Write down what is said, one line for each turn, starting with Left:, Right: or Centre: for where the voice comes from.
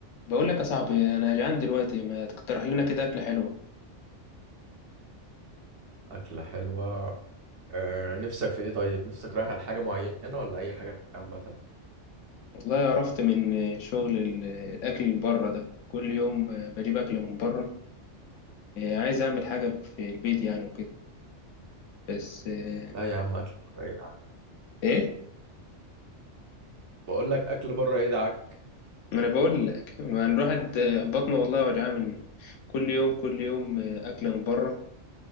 Left: بقول لك يا صاحبي انا جعان دلوقتي ما تقترح لنا كده اكله حلوه
Right: أكلة حلوة أه نفسك في إيه طيب؟ نفسك رايح على حاجة معينة ولا أي حاجة عامة؟
Left: والله عرفت من شغل ال- الاكل اللي بره ده كل يوم بجيب اكل من بره إيه، عايز اعمل حاجه في البيت يعني وكده بس إيه
Right: لا يا عم أكل بره يدعك
Left: إيه؟
Right: بقول لك أكل بره يدعك
Left: ما انا بقول لك ما الواحد بطنه والله وجعان من كل يوم كل يوم اكله من بره